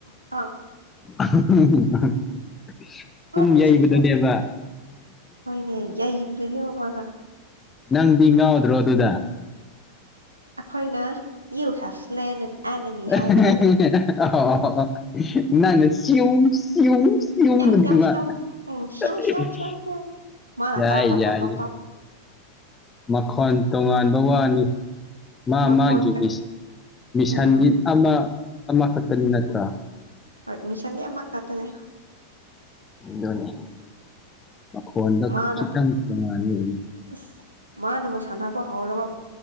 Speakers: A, on the right (about 80°); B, on the left (about 20°).
A: ꯇꯥꯡ ꯫
B: <unintelligible>
A: ꯗꯦꯠ
B: ꯄꯨꯡ
A: ꯃꯤꯟꯁ
B: ꯌꯩꯕꯗꯅꯦꯕ
A: ꯗ ꯍꯦꯠ ꯍꯣꯏꯅꯦ ꯌꯩꯕꯗꯨꯅꯦꯕ ꯃꯥꯅ
B: ꯅꯪꯗꯤ ꯉꯥꯎꯗ꯭ꯔꯣ ꯑꯗꯨꯗ꯫
A: ꯑꯈꯣꯏꯅ ꯌꯨ ꯍꯦꯞ ꯁ꯭ꯂꯦꯟ ꯑꯦꯟ ꯑꯦꯅꯤꯃꯤ
B: <unintelligible>
A: ꯍꯥꯏꯕꯗꯨ
B: ꯅꯪꯅ ꯁꯤꯌꯨꯡꯁ ꯁꯤꯌꯨꯡꯁ꯫ <unintelligible>
A: ꯁ꯭ꯌꯝ ꯁ꯭ꯌꯝ ꯁ꯭ꯌꯝ ꯎꯝ ꯁ꯭ꯌꯝ ꯁ꯭ꯌꯝ ꯁ꯭ꯌꯝ ꯁ꯭ꯌꯝ ꯃꯥꯅ
B: ꯌꯥꯏ
A: ꯇ꯭ꯔꯥ ꯇꯥ
B: ꯌꯥꯏ꯫
A: ꯇꯥ ꯇꯥ ꯇꯥ
B: ꯃꯈꯣꯟ ꯇꯣꯉꯥꯟꯕ ꯋꯥꯅꯤ ꯃꯥ
A: ꯃꯈꯣꯟꯒ
B: ꯃꯥꯒꯤ ꯏꯁ ꯃꯤꯁꯟꯗꯤ
A: ꯎꯝ
B: ꯑꯃ ꯑꯃꯈꯛꯇꯅꯤ ꯅꯠꯇ꯭ꯔꯥ꯫
A: ꯍꯣꯢ ꯃꯤꯁꯟꯗꯤ ꯑꯃ ꯈꯠꯇꯅꯦ꯫
B: ꯗꯨꯅꯦ ꯃꯈꯣꯟꯗ
A: ꯃꯥꯅ
B: ꯈꯤꯇꯪ ꯇꯣꯡꯉꯥꯟꯕꯥꯒꯤ
A: ꯑꯁ ꯃꯥꯅꯕꯨ ꯁꯥꯟꯅꯕ ꯍꯧꯔꯕ